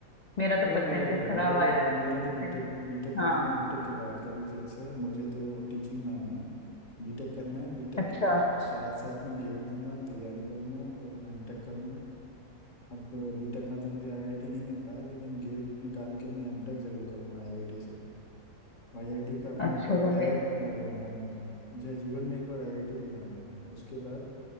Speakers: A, on the left; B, on the left.
A: मेरा तो
B: मेरा
A: परसेंटेज
B: वही गोल
A: खराब
B: है देखो
A: आया है तो
B: मेरा तो बीटेक
A: फिर
B: बीटेक करना
A: हाँ
B: है बीटेक के बाद का भी फिक्स है मुझे तो टीचिंग में आना है बीटेक करना है बीटेक
A: अच्छा
B: के साथ साथ मैं गेट दूंगा तैयारी करूंगा और एमटेक करूंगा अब बीटेक में तो मुझे आईआईटी नहीं मिल पाया लेकिन गेट निकाल के मैं एमटेक जरूर करूंगा आईआईटी से आईआईटी का अपने
A: अच्छा
B: ऊपर
A: तो
B: टैग
A: ले
B: लगवाना है मुझे मुझे जीवन में एक बार आईआईटी तो जाना है और उसके बाद